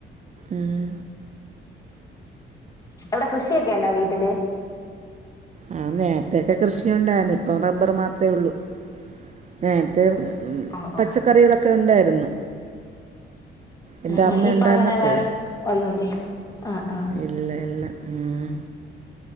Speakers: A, on the right (about 35°); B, on the left (about 20°).
A: ഇമ്
B: അവിടെ കൃഷിയൊക്കെ ഉണ്ടോ വീട്ടില്?
A: ആ നേരത്തൊക്കെ കൃഷിയു ണ്ടായിരുന്നു ഇപ്പം റബ്ബർ മാത്രമേ ഉള്ളൂ നേൻ തേ ഏഹ്
B: ഓ ഓ
A: പച്ചക്കറികളൊക്കെ ഉണ്ടായിരുന്നു. എൻ്റെ
B: ആഹ്
A: അമ്മ
B: ആ ഇപ്പ
A: ഉണ്ടായിരുന്നപ്പോഴേ
B: അങ്ങനെ വേറെ ഒന്നല്ലേ ആ ആ.
A: ഇല്ല ഇല്ല ഉം.